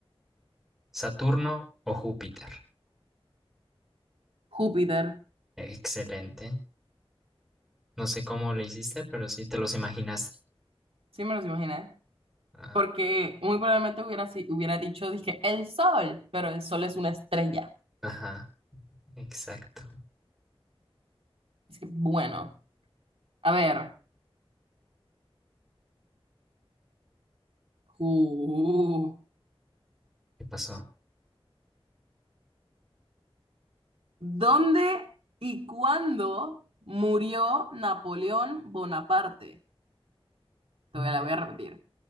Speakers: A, in the centre; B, on the right.
A: ¿Saturno o Júpiter?
B: Júpiter.
A: Excelente. No sé cómo lo hiciste, pero sí te los imaginaste.
B: Sí me los imaginé.
A: Ah,
B: Porque muy probablemente hubiera, si- hubiera dicho, dije, el sol, pero el sol es una estrella.
A: ajá, exacto.
B: Así que, bueno, a ver. Q.
A: ¿Qué pasó?
B: ¿Dónde y cuándo murió Napoleón Bonaparte?
A: ¿Dónde?
B: Te voy- la voy a repetir.